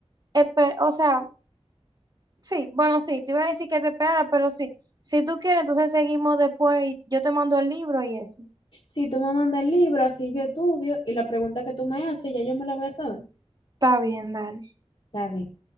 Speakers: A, on the right; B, on the left.
A: espe- o sea, Sí, bueno, sí, te iba a decir que te esperara, pero sí, si tú quieres, entonces seguimos después y yo te mando el libro y eso.
B: Si tú me mandas el libro, así yo estudio y la pregunta que tú me haces, ya yo me la voy a saber.
A: Está bien, dale.
B: Está bien.